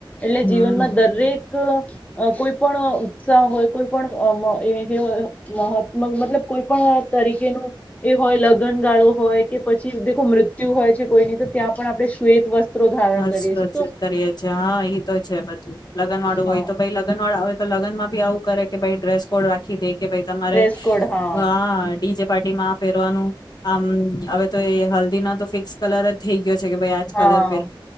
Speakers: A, on the left (about 15°); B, on the left (about 50°).
A: એટલે
B: હમ
A: જીવનમાં દરેક. કોઈ પણ ઉત્સાહ હોય કોઈ પણ એ. મહાત્મ મતલબ કોઈ પણ તરીકેનું એ હોય લગ્ન ગાળો હોય કે પછી દેખો મૃત્યુ હોય છે કોઈની તો ત્યાં પણ આપણે શ્વેત વસ્ત્રો ધારણ
B: હસ
A: કરીએ છીએ તો
B: કરીએ છીએ હા ઈ તો છે બધું લગન વાળું
A: હા
B: હોય તો ભાઈ લગન વાળું આવે. તો લગનમાંી આવું કરે કે ભાઈ ડ્રેસ કોડ રાખી દે. કે ભાઈ તમારે
A: ડ્રેસ કોડ હા
B: હ ડીજે પાર્ટી માં આ પેરવાનું. આમ હવે તો એ હલ્દી ના તો ફિક્સ કલર જ થઇ ગયો. યો છે કે ભાઈ આજ કલર.
A: હા